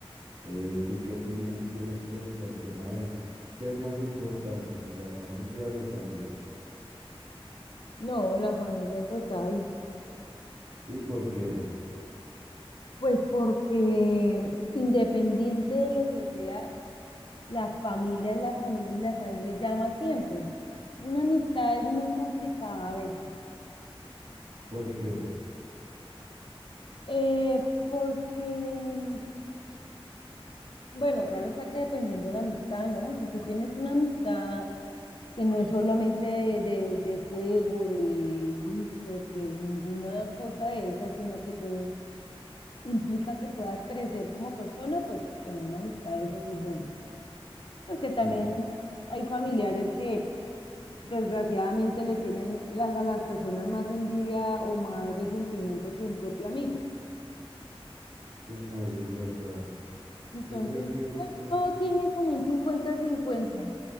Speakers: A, on the right (about 70°); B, on the left (about 55°).
A: Eh, ¿tú qué opinión tienes frente al tema de qué es más importante, si la familia o los amigos?
B: No, la familia total.
A: Sí, ¿por qué?
B: Pues porque independiente de lo que sea, la familia es la familia y la sangre llama siempre. Una amistad es muy complicada a veces.
A: ¿Por qué?
B: Eh, porque, mm, bueno, claro está que dependiendo de la amistad, ¿no? Si tú tienes una amistad que no es solamente de, de, de juego, de vicios, de ninguna cosa de esas, sino que te implica que puedas crecer como persona, pues bueno, una amistad de esas es buena. Porque también
A: Sí,
B: hay familiares que desgraciadamente le tienen la- a las personas más envidia o más resentimiento que un propio amigo.
A: sí, no, eso es verdad.
B: Entonces,
A: Yo creo que
B: pues
A: eso,
B: todo tiene como un cincuenta-cincuenta,